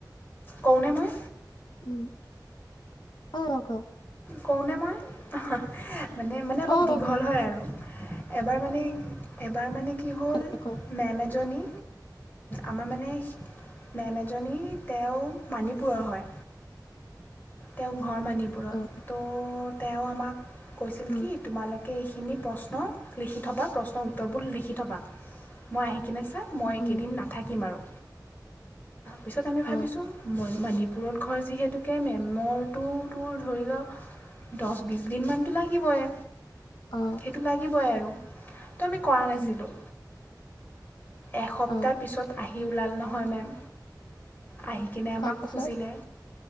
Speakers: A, on the left; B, on the left.
A: কওনে মই
B: উম অ' ক
A: কওঁনে মই অহ মানে মানে অলপ
B: অ'
A: দীঘল
B: ক
A: হয় আৰু এবাৰ মানে এবাৰ মানে কি হ'ল
B: ক ক
A: মেম এজনী আমাৰ মানে মেম এজনী তেওঁ মানিপুৰৰ হয়। তেওঁ ঘৰ মণিপুৰত
B: অ'
A: ত' তেওঁ আমাক কৈছিল
B: অ'
A: কি তোমালোক এইখিনি প্ৰশ্ন লিখি থ'বা প্ৰশ্নৰ উত্তৰবোৰ লিখি থ'বা মই আহি কিনে চা মইকেইদিন
B: উম,
A: নাথাকিম আৰু পিছত আমি ভাবিছো
B: অ'
A: মানি পুৰত ঘৰ যিহেতুকে মে মৰটো তোৰ ধৰি লও দহ বিছ দিনমানতো লাগিবই
B: অ'
A: সেইটো লাগিবই আৰু তো আমি কৰা নাছিলোঁ
B: উম,
A: এসপ্তাহ
B: অ'
A: পিছত আহি হিউলাল নহয় মেম আহি কিনে আমাক
B: তাৰপিছত
A: খুজিলে